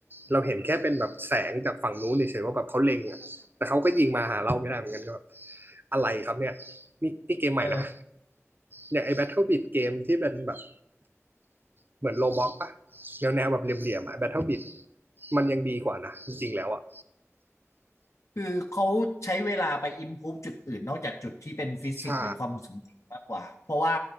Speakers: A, on the right (about 40°); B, on the left (about 65°).
A: เราเห็นแค่เป็นแบบแสงจากฝั่งนู้นเฉยๆว่าแบบเขาเล็งอะแต่เขาก็ยิงมาหาเราไม่ได้เหมือนกันก็แบบอะไรครับเนี่ยนี่นี่เกมใหม่นะ
B: เออ
A: อย่างไอ้ Battle Beat เกมที่เป็นแบบเหมือนโลบ็อกปะแนวแๆแบบเหลี่ยมๆอะ Battle Beat มันยังดีกว่านะจริงๆแล้วอะ
B: คือเขาใช้เวลาไป improve จุดอื่นนอกจากจุดที่เป็นฟิสิกส์หรือความสมจริงมากกว่าเพราะว่า
A: ใช่